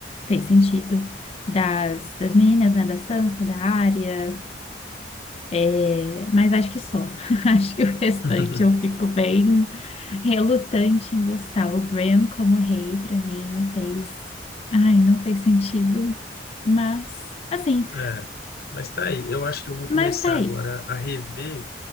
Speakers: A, on the left; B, on the left.
A: fez sentido. Das, das meninas, né? Da Sansa, da Arya. É, mas acho que só. <laughs> Acho que o restante
B: <laughs>
A: eu fico bem. relutante em gostar. O Bram como rei, pra mim, não fez. Ai, não fez sentido. Mas, assim,
B: É, mas tá aí. Eu acho que eu vou
A: mas
B: começar
A: tá aí.
B: agora a rever